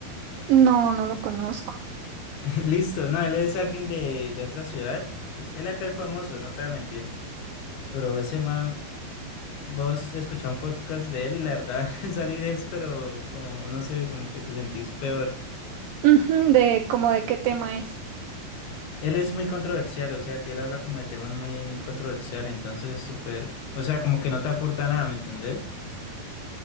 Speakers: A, on the right (about 80°); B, on the left (about 75°).
A: No, no lo conozco.
B: <laughs> Listo, no, él es alguien de, de otra ciudad. Él acá es famoso, no te voy a mentir. Pero ese man, vos escuchás un podcast de él y la verdad <laughs> salí de eso, pero como no sé, como que te sentís peor.
A: Ujú, de como de qué tema es.
B: Él es muy controversial, o sea que él habla como de temas muy controversiales, entonces súper, o sea, como que no te aporta nada, ¿me entendés?